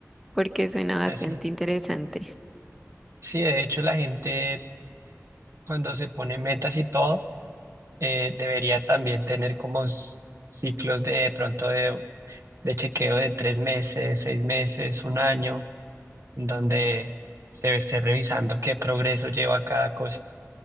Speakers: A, in the centre; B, on the right (about 60°).
A: porque suena bastante
B: así es.
A: interesante.
B: Sí, de hecho la gente cuando se pone metas y todo, eh, debería también tener como s- ciclos de, de pronto de, de chequeo de tres meses, seis meses, un año, en donde se esté revisando qué progreso lleva cada cosa.